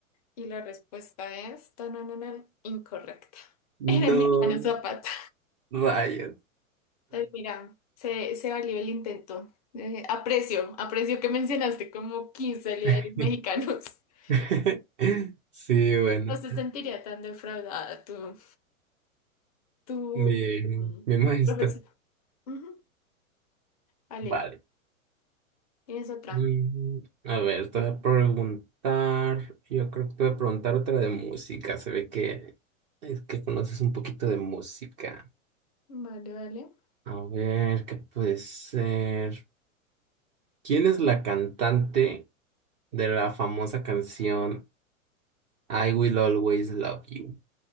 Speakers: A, on the left (about 30°); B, on the right (about 35°).
A: Y la respuesta es tanananan, incorrecta. <laughs>
B: No,
A: Era Emiliano Zapata.
B: rayos.
A: Entonces, mira, se, se valió el intento. Eh, aprecio, aprecio que mencionaste como 15 líderes
B: <laughs>
A: mexicanos. <laughs>
B: <laughs> Sí, bueno,
A: No se sentiría tan defraudada tu, tu,
B: me,
A: mm,
B: me muestra.
A: tu profesor. Ujú, Vale.
B: Vale.
A: Tienes otra.
B: Mm, A ver, te voy a preguntar, yo creo que te voy a preguntar otra de música. Se ve que es que conoces un poquito de música.
A: Vale, vale.
B: A ver, ¿qué puede ser? ¿Quién es la cantante de la famosa canción I Will Always Love You?